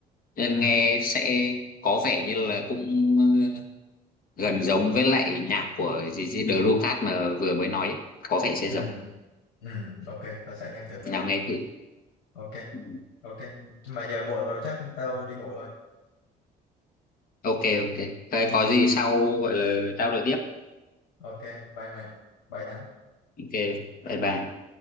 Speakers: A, on the left; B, on the left.
A: nên
B: Ừ.
A: nghe sẽ có vẻ như là cũng ờ, gần giống với lại nhạc của gì gì The Lucas mà vừa mới nói ấy. có vẻ sẽ
B: Ừ,
A: giống
B: ừ, ok, tao sẽ nghe thử bài đấy.
A: nào nghe thử
B: Ok,
A: Ừ.
B: ok. Nhưng Mà giờ muộn rồi chắc tao đi ngủ thôi.
A: ok ok Thế có gì sau gọi là trao đổi tiếp
B: Ok, bye mày. Bye Thắng.
A: ok bye bye